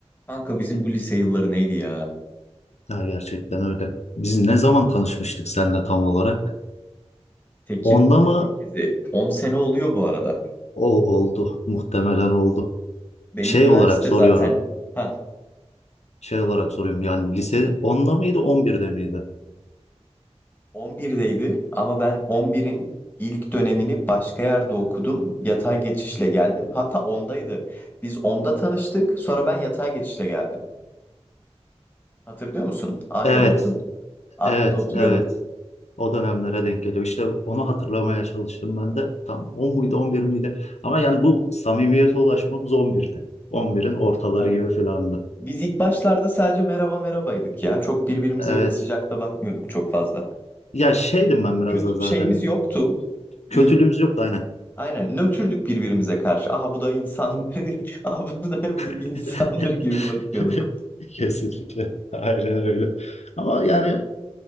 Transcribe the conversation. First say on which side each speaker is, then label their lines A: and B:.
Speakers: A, on the left (about 15°); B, on the left (about 80°).
A: Kanka bizim bu lise yılları neydi ya?
B: Ya gerçekten öyle. Biz ne zaman tanışmıştık seninle tam olarak?
A: 8,
B: Onda mı?
A: 8'i. 10 sene oluyor bu arada.
B: O oldu. Muhtemelen oldu.
A: Benim
B: Şey
A: üniversite
B: olarak soruyorum.
A: zaten ha
B: Şey olarak soruyorum. Yani lise onda mıydı, 11'de miydi?
A: 11'deydi ama ben 11'in ilk dönemini başka yerde okudum. Yatay geçişle geldim. Hatta 10'daydı. Biz 10'da tanıştık. Sonra ben yatay geçişle geldim. Hatırlıyor musun? Arya'da
B: Evet,
A: oturduk. Arya'da
B: evet,
A: oturuyorduk.
B: evet. O dönemlere denk geliyor. İşte onu hatırlamaya çalıştım ben de. Tam 10 muydu, 11 miydi? Ama yani bu samimiyete ulaşmamız on birde. on birin ortaları
A: Tabii.
B: gibi filandı.
A: Biz ilk başlarda sadece merhaba merhabaydık ya. Çok birbirimize
B: Evet.
A: öyle sıcakta bakmıyorduk çok fazla.
B: Ya şeydim ben biraz
A: Kötü
B: da zaten.
A: şeyimiz yoktu. Bir
B: Kötülüğümüz yoktu aynen.
A: Aynen nötrdük birbirimize karşı. Aha bu da insan. <laughs> Aha bu da bir
B: <laughs>
A: insandır gibi bakıyorduk.
B: <laughs> Kesinlikle. Aynen öyle. Ama yani